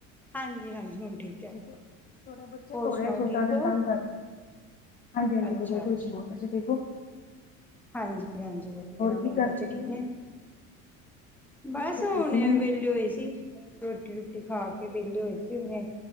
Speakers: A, in the centre; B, on the left.
A: ਹਾਂਜੀ, ਹਾਂਜੀ। ਹੁਣ ਠੀਕ ਹੈ
B: ਤੁਆ ਤੁਆਡਾ ਬੱਚਾ
A: ਹੋਰ
B: ਰੋ ਲੇਆ
A: ਸੁਣਾਓ
B: ਛੋਟਾ
A: ਠੀਕ
B: ਜੇਆ
A: ਹੋ
B: ਤਾੰਗ ਕਰ ਹਾਂਜੀ, ਹਾਂਜੀ‌
A: ਅੱਛਾ ਅੱਛਾ
B: <unintelligible>
A: ਹਾਂਜੀ, ਹਾਂਜੀ ਵਦੀਆ
B: ਕੀ
A: ਹੋਰ
B: ਕਰ
A: ਬੱਚੇ
B: ਰਹੇ ਸੀ
A: ਠੀਕ ਨੇ
B: ਬੱਚੇ
A: ਬਾਸ ਹੁਨੇ
B: ਠੀਕ ਨੇ
A: ਵੇਲੇ ਹੋਏ ਸੀ। ਰੋਟੀ ਰੁਟੀ ਖਾ ਕੇ ਵੇਲੇ ਹੋਏ ਸੀ ਹੁੰਨੇ